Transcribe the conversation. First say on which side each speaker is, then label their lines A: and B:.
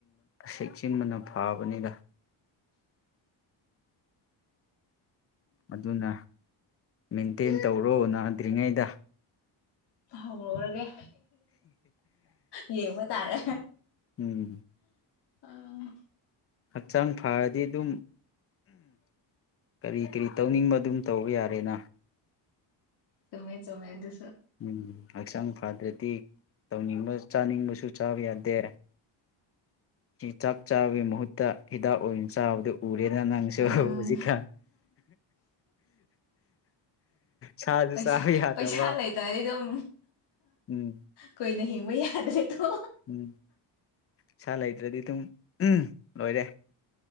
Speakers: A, on the left (about 30°); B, on the left (about 60°).
A: ꯆꯦꯛꯁꯤꯟꯕꯅ ꯐꯥꯕꯅꯤꯗ ꯑꯗꯨꯅ ꯃꯦꯟꯇꯦꯟ ꯇꯧꯔꯣꯅ ꯍꯪꯗ꯭ꯔꯤꯉꯩꯗ
B: ꯍꯧꯔꯔꯒꯦ ꯌꯦꯡꯕ ꯇꯥꯔꯦ
A: ꯎꯝ
B: ꯑꯥ
A: ꯍꯛꯆꯥꯡ ꯐꯔꯗꯤ ꯑꯗꯨꯝ ꯀꯔꯤ ꯀꯔꯤ ꯇꯧꯅꯤꯡꯕ ꯑꯗꯨꯝ ꯇꯧꯕ ꯌꯥꯔꯦꯅ
B: ꯆꯃꯦ ꯆꯃꯦ ꯑꯗꯨ
A: ꯎꯝ ꯍꯛꯆꯥꯡ ꯐꯗ꯭ꯔꯗꯤ ꯇꯧꯅꯤꯡꯕ ꯆꯥꯅꯤꯡꯕꯁꯨ ꯆꯥꯕ ꯌꯥꯗꯦ ꯆꯥꯛ ꯆꯥꯕꯒꯤ ꯃꯍꯨꯠꯇ ꯍꯤꯗꯥꯛ ꯑꯣꯏꯅ ꯆꯥꯕꯗꯨ ꯎꯔꯦꯗ ꯅꯪꯁꯨ
B: ꯎꯝ
A: ꯍꯧꯖꯤꯛꯀ ꯁꯥꯁꯨ
B: ꯄꯩꯁꯥ
A: ꯆꯥꯕ ꯌꯥꯗꯕ
B: ꯄꯩꯁꯥ ꯂꯩꯇ꯭ꯔꯗꯤ ꯑꯗꯨꯝ
A: ꯎꯝ
B: ꯀꯨꯏꯅ ꯍꯤꯡꯕ ꯌꯥꯗ꯭ꯔꯦ ꯇꯣ
A: ꯎꯝ ꯏꯁꯥ ꯂꯩꯇ꯭ꯔꯗꯤ ꯑꯗꯨꯝ ꯂꯣꯏꯔꯦ